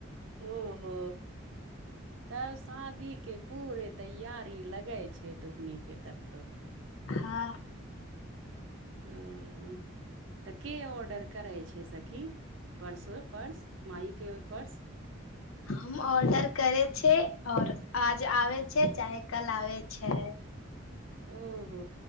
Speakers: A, on the right (about 65°); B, on the left (about 80°).
A: ओ हो तब शादीके पूरे तैयारी लगे छतय तुहनीके तब तो।
B: हँ
A: ओ तऽ के ऑर्डर करै छैय सखी? पर्स हो पर्स माइके पर्स।
B: हम ऑर्डर करे छैय और आज आबे छैय चाहे कल आबे छैय।
A: ओहो